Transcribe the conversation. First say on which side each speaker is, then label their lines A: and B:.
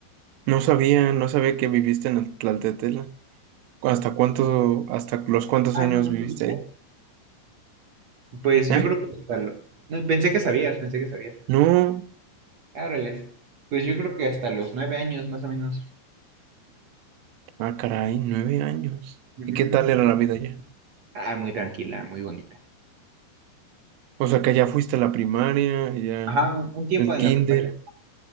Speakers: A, on the right; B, on the right.
A: No sabía, no sabía que viviste en Tlaltetela. ¿Hasta cuánto, hasta los cuántos
B: Ah,
A: años
B: ¿no me
A: viviste
B: subiste?
A: ahí?
B: Pues
A: ¿Eh?
B: yo creo que hasta lo... no, pensé que sabías, pensé que sabías.
A: No.
B: Ábreles. Pues yo creo que hasta los nueve años más o menos.
A: Ah, caray, nueve años.
B: Mm,
A: ¿Y qué tal era la vida allá?
B: Ah, muy tranquila, muy bonita.
A: O sea, que ya fuiste a la primaria, ya
B: Ajá, un tiempo
A: el
B: en
A: kinder.
B: la primaria.